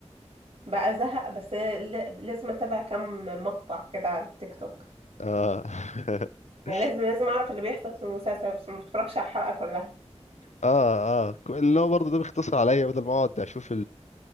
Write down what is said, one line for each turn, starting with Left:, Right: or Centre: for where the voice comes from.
Right: بقى زهق بس ل- لازم اتابع كم مقطع كده على التيك توك
Left: اه <laughs>
Right: يعني لازم لازم اعرف اللي بيحصل في المسلسل بس ما بتفرجش على الحلقه كلها
Left: اه اه كو- اللي هو برضه ده بيختصر عليا بدل ما اقعد اشوف